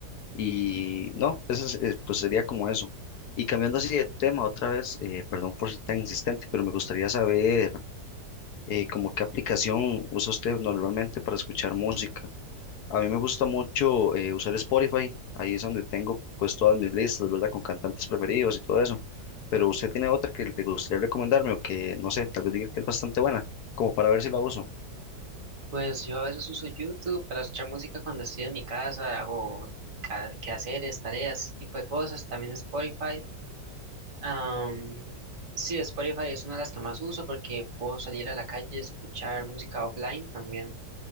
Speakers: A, on the left (about 70°); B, on the right (about 55°).
A: Y no, eso es- eh, pues sería como eso. Y cambiando así de tema otra vez, eh, perdón por ser tan insistente, pero me gustaría saber eh, como qué aplicación usa usted normalmente para escuchar música. A mí me gusta mucho eh, usar Spotify, ahí es donde tengo pues todas mis listas, ¿verdad? Con cantantes preferidos y todo eso. Pero usted tiene otra que le gustaría recomendarme o que, no sé, tal vez diga que es bastante buena, como para ver si la uso.
B: Pues yo a veces uso YouTube para escuchar música cuando estoy en mi casa, hago ca- quehaceres, tareas, ese tipo de cosas, también Spotify. Am, sí, Spotify es una de las que más uso porque puedo salir a la calle y escuchar música offline también.